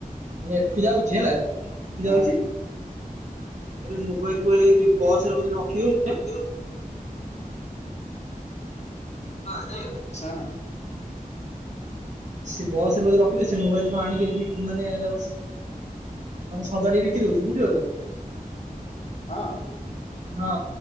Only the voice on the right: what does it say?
ନେଠୁ ଯାଉଛି ହେଲା। ଯାଉଚି
ମୋବାଇଲ ଫୋବାଇଲ ଯୋଉ ବସରେ ବୋଧେ ରଖି ଦଉ
ସେ ବସ ରେ ବୋଧେ ରଖିଲେ ସେ ମୋବାଇଲୁ ଆଣିକ ମାନେ ତାକୁ ମାନେ ସଜାଡ ବିକି ଦଉଛି। ବୁଝିପାରୁଛ?
ହଁ